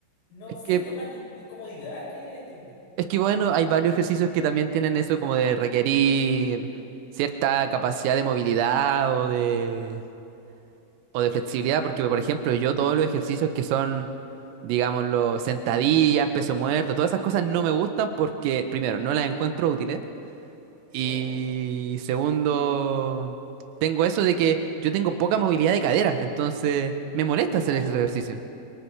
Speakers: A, on the left; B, on the right.
A: no
B: Es
A: siento
B: que,
A: más in- incomodidad que estímulo.
B: es que bueno, hay varios ejercicios que también tienen eso como de requerir cierta capacidad de movilidad o de... O de flexibilidad, porque por ejemplo, yo todos los ejercicios que son, digámoslo, sentadillas, peso muerto, todas esas cosas no me gustan porque, primero, no las encuentro útiles. Y
A: ¿Ya?
B: segundo, tengo eso de que yo tengo poca movilidad de cadera, entonces me molesta
A: Ah,
B: hacer ese
A: ya,
B: ejercicio.